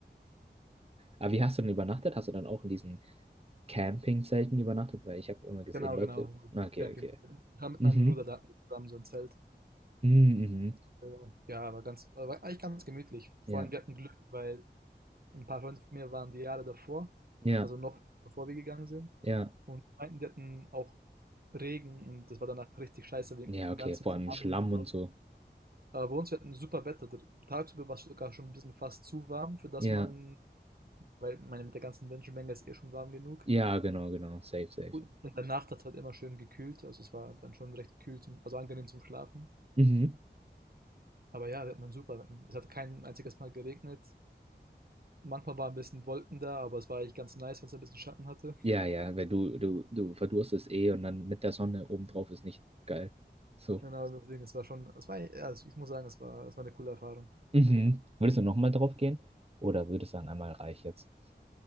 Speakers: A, on the right; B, on the right.
A: Aber wie hast du denn übernachtet? Hast du dann auch in diesen Campingzelten übernachtet? Weil ich habe immer gesehen,
B: genau,
A: Leute.
B: genau. so
A: Ah, Okay,
B: Camping.
A: okay.
B: Ich war mit
A: Mhm.
B: meinem Bruder da zusammen so ein Zelt.
A: Mhm.
B: Äh, ja, war ganz, war eigentlich ganz gemütlich. Vor
A: Ja,
B: allem wir hatten Glück, weil Ein paar Freunde von mir waren die Jahre davor,
A: ja,
B: also noch bevor wir gegangen sind
A: ja.
B: und die meinten, die hatten auch Regen und das war danach richtig scheiße wegen
A: Ja,
B: dem
A: okay,
B: ganzen
A: vor
B: Schlamm
A: allem im Schlamm
B: und so.
A: und so.
B: Aber bei uns wir hatten super Wetter. D tagsüber war es sogar schon ein bisschen fast zu warm, für das
A: Ja,
B: man weil meine, mit der ganzen Menschenmenge ist eh schon warm genug.
A: ja, genau, genau, safe, safe.
B: Gut, in der Nacht hat's halt immer schön gekühlt, also es war dann schon recht kühl zum also angenehm zum Schlafen.
A: Mhm.
B: Aber ja, wir hatten dann super Wetten es hat kein einziges Mal geregnet. Manchmal war ein bisschen Wolken da, aber es war eigentlich ganz nice, wenn es ein bisschen Schatten hatte.
A: Ja, ja, weil du, du, du verdurstest eh und dann mit der Sonne obendrauf ist nicht geil. So.
B: Genau, deswegen, es war schon, es war, ja, also ich muss sagen, es war, es war eine coole Erfahrung.
A: Mhm. Würdest du nochmal drauf gehen? Oder würdest du sagen, einmal reich jetzt?